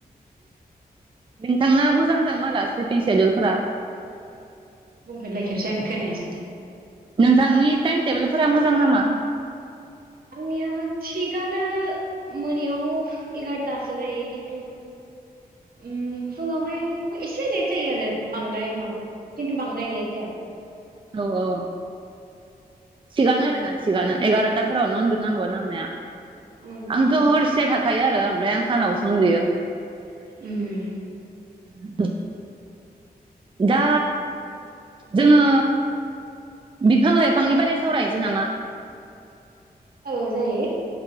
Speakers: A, on the right; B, on the right.
A: नोंथां ना मोजांदां माला सिफ्लिं सेदुल फोरा
B: बुंफिनलाय खेबसे आं खोनायासै
A: नोंथांनि टाइम टेबोलफोरा मोजां नामा
B: आंनिया थिगानो मोनायाव एगारथासो जायो खिन्थु ओम फुङावहाय एसे लेट जायो आरो बांद्राय माबा खिन्थु बांद्राय लेट जाया
A: औ औ थिगानो आरोना थिगानो एगार'थाफोरावनो उन्दुनांगौ नांनाया
B: उम
A: आंथ' हरसे थाखायो आरो ओमफ्राय आं सानावसो उन्दैयो
B: उम
A: <inaudible> दा जोङो बिफां लाइफांनि बारै सावरायनोसै नामा?
B: औ जायो